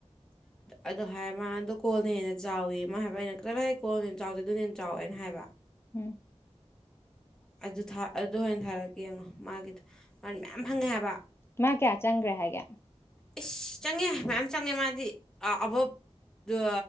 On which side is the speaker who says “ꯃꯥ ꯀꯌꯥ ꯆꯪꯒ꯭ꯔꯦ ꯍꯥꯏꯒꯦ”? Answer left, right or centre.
Left